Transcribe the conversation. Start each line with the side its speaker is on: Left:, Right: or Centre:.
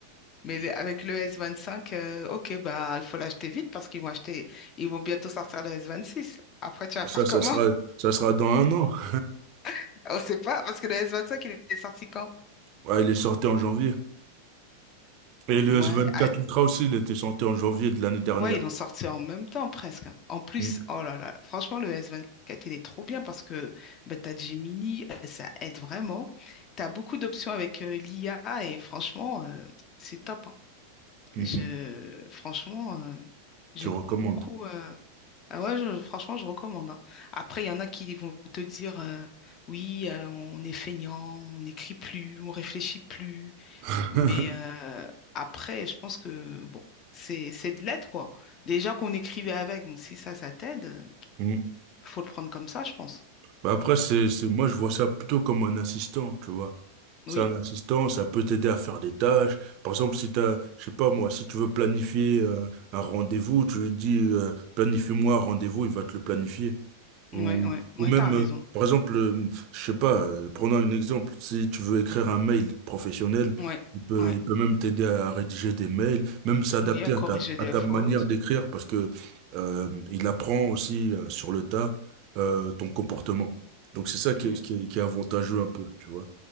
Left: Mais le- avec le S25, euh, ok, bah, il faut l'acheter vite parce qu'ils vont acheter, ils vont bientôt sortir le S26. Après, tu vas
Right: Ça,
Left: faire
Right: ça
Left: comment?
Right: sera, ça sera dans un an. <laughs>
Left: <laughs> On sait pas, parce que le S25, il est sorti quand?
Right: Ouais, il est sorti en janvier. Et le
Left: Ouais.
Right: S24
Left: Ah,
Right: Ultra aussi, il était sorti en janvier de l'année dernière.
Left: Ouais, ils l'ont sorti en même temps presque. En plus,
Right: Mm,
Left: oh là là, franchement, le S24, il est trop bien parce que bah, tu as Gemini, euh, ça aide vraiment. Tu as beaucoup d'options avec euh, l'IA et franchement, euh, c'est top. hein.
Right: mhm.
Left: Je, franchement, euh, j'aime
Right: Tu recommandes.
Left: beaucoup. euh, Ah ouais, je- franchement, je recommande. hein. Après, il y en a qui vont te dire euh, oui, euh, on est feignant, on n'écrit plus, on réfléchit plus.
Right: <laughs>
Left: Mais euh, après, je pense que bon, c'est c'est de l'aide, quoi. Déjà qu'on écrivait avec, donc si ça, ça t'aide, euh,
Right: Mm.
Left: faut le prendre comme ça, je pense.
Right: Bah Après, c'est, c'est, moi, je vois ça plutôt comme un assistant, tu vois.
Left: Oui,
Right: C'est un assistant, ça peut t'aider à faire des tâches. Par exemple, si t'as, je sais pas moi, si tu veux planifier euh, un rendez-vous, tu lui dis euh, planifie-moi un rendez-vous, il va te le planifier. Ou,
Left: ouais, ouais, ouais,
Right: ou même,
Left: t'as raison.
Right: euh, par exemple, euh, je sais pas, euh, prenons un exemple. Si tu veux écrire un mail professionnel,
Left: Ouais,
Right: il peut,
Left: ouais,
Right: il peut même t'aider à rédiger des mails, même s'adapter
Left: oui, à corriger
Right: à ta,
Left: des
Right: à ta
Left: fautes.
Right: manière d'écrire, parce que euh, il apprend aussi euh, sur le tas euh, ton comportement. Donc c'est ça qui
Left: Mm,
Right: est, qui est, qui est avantageux un peu, tu vois.